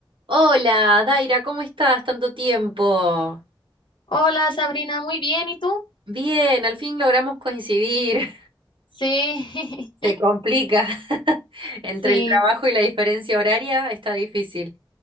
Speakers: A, on the right; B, on the left.
A: Hola, Daira, ¿cómo estás? Tanto tiempo.
B: Hola Sabrina, muy bien, ¿y tú?
A: Bien, al fin logramos coincidir.
B: Sí,
A: <laughs> Se complica. <laughs> Entre
B: <laughs>
A: el trabajo
B: sí,
A: y la diferencia horaria está difícil.